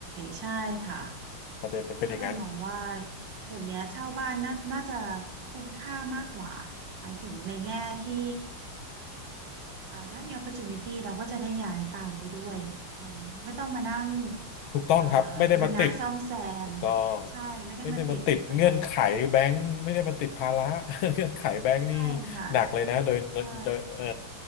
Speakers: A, on the right (about 60°); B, on the left (about 75°).
A: ใช่ค่ะ
B: ประเด็นมันเป็นอย่างนั้น
A: ก็เลยมองว่าเดี๋ยวเนี้ยเช่าบ้านน่าน่าจะคุ้มค่ามากกว่า หมายถึงในแง่ที่ อ่าถ้ามี opportunity เราก็จะได้ย้ายตามไปด้วยเอ่มไม่ต้องมานั่ง
B: ถูกต้องครับไม่ได้มาติด
A: อ่าบูรณะซ่อมแซม
B: ถูกต้อง
A: ใช่ไม่ได้มาติดอะไร
B: ไม่ได้มาติดเงื่อนไขแบงค์ไม่ได้มาติดภาระ <laughs> เงื่อนไขแบงค์นี่
A: ใช่ค่ะ
B: หนักเลยนะโดยโดยเอ่อ
A: ใช่